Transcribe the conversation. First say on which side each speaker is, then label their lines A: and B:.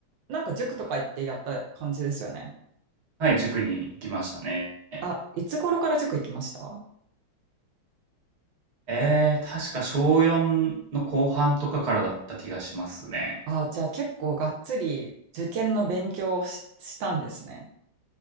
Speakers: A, on the right; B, on the right.
A: なんか塾とか行ってやった感じですよね。
B: はい、塾に行きましたね。
A: あ、いつ頃から塾行きました
B: えー、確か小4の後半とかからだった気がしますね。
A: ああ、じゃあ結構がっつり受験の勉強をし、したんですね。